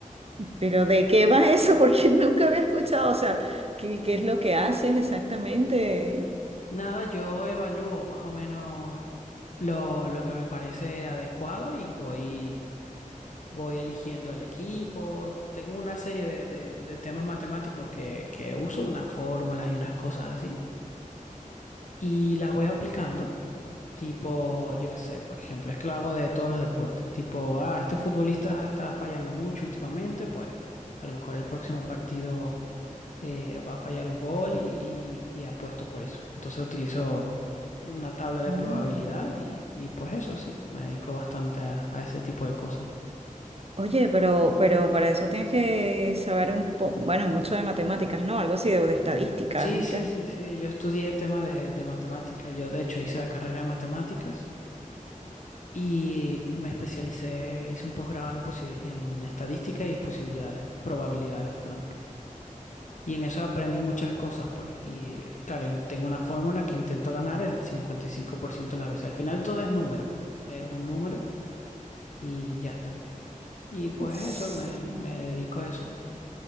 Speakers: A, on the right; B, on the left.
A: pero de qué va eso? <laughs> Porque nunca había escuchado, o sea, ¿qué, qué es lo que haces exactamente?
B: nada, yo evalúo más o menos lo, lo que me parece adecuado y voy, voy eligiendo el equipo. Tengo una serie de, de- de temas matemáticos que, que uso, unas fórmulas y unas cosas así. Y las voy aplicando. Tipo, yo qué sé, por ejemplo, es que lo hago de todos los deportes. Tipo, ah, este futbolista está fallando mucho últimamente, pues a lo mejor el próximo partido eh, va a fallar un gol y, y, y apuesto por eso. Entonces utilizo una tabla de
A: Mm.
B: probabilidades y, y pues eso sí, me dedico bastante a, a ese tipo de cosas.
A: Oye, pero, pero para eso tienes que saber un poco, bueno, mucho de matemáticas, ¿no? Algo así de, o de estadísticas
B: Sí,
A: y
B: sí,
A: tal.
B: sí, sí, yo estudié el tema de, de matemáticas, yo de hecho hice la carrera de matemáticas y me especialicé, hice un posgrado en, posibil- en estadística y posibilidades, probabilidades, perdón. Y en eso aprendí muchas cosas, pues. Y claro, en- tengo una fórmula que intento ganar el 55% de las veces. Al final todo es número, es un número y ya está. Y pues
A: Sí.
B: eso, me, me dedico a eso.